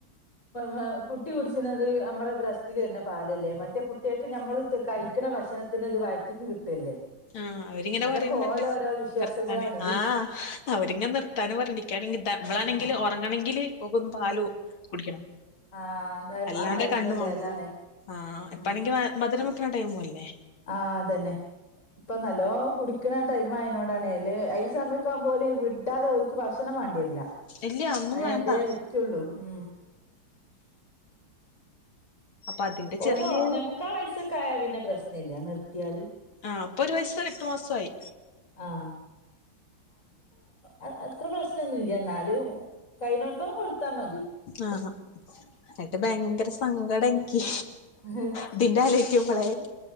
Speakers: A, on the left (about 35°); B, on the left (about 85°).
A: മ കുട്ടി കുടിച്ചുന്നത്. നമ്മളെ ബ്രസ്റ്റതി തരുന്ന പാലല്ലേ മറ്റേ കുട്ടിയൊക്കെ നമ്മ കഴിക്കണ ഭക്ഷത്തിന് ഒരു വയറ്റിക്ക് കിട്ടല്ലേ
B: ആഹ് അവരിങ്ങനെ
A: അതൊക്കെ
B: പറയുന്നുണ്ട്.
A: ഓലോരോ വിശ്വാസങ്ങളാണ്
B: നിർത്താന് ആഹ് അവരിങ്ങനെ നിർത്ത തണു പറഞ്ഞിരിക്കുകയാണെങ്കിൽളാണെങ്കിൽ
A: ആഹ്
B: ഉറങ്ങണമെങ്കില് ഒക്ക ഒന്ന് പാാല കുടിക്കണം
A: ആഹ്
B: അല്ലാത
A: ആ ടൈമല്ലേ
B: കണ്മാണല്ലോ
A: അതാണ്
B: ആഹ
A: ഉം
B: എപ്പാണെങ്കി മധുരം വെക്കണ ടൈമും അല്ലേ
A: ആഹ് അതന്നെ ഇപ്പൊ നല്ലോ കുടിക്കുന്ന ടൈം ആയതിനോടാണേല് ഈ സമയക്ക ആകുമ്പോല വിടാതെ ഓലക്ക് ഭക്ഷ കണ് വേണ്ടിരില്ല
B: ഇല്ല ഒന്നും
A: അ
B: വേണ്ട
A: അതേ വറ്റുള്ളൂ ഉ
B: അപ്പൊ അതിന്റെ ചെറിയ
A: ഒരു ഒന്നേമുക്കാ വയസ്സൊക്കെയായ പിന്നെ പ്രശ്നല്ല നിർത്തിയാലും
B: ആഹ അപ്പൊ ഒരു വയസും എട്ടു മാസവുമായി
A: ആഹ് അത് അത്ര പ്രശ്നംന്നൊന്നുംല്യ എന്നാലും കൈയിനോടത്തോളം കൊടുത്താ മതി
B: ആ ആഹ എന്നട്ട് ഭയങ്കര സങ്കടം എനിക്ക്
A: ആഹ്
B: ഇതിൻന്റെ ആലോയിക്കുമ്പളെ